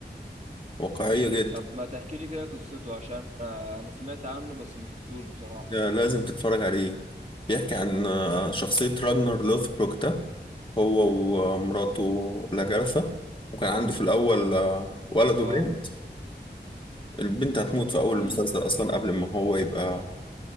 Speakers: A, on the left (about 25°); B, on the right (about 40°).
A: واقعية جدا
B: طب ما تحكي لي كده قصته عشان آه، انا سمعت عنه بس ما شفتوش بصراحه
A: ده لازم تتفرج عليه بيحكي عن آه، شخصية راجنر لوثبروك ده هو ومراته لاجارثا وكان عنده في الأول آه، ولد
B: اه
A: وبنت البنت هتموت في أول
B: امم
A: المسلسل أصلا قبل ما هو يبقى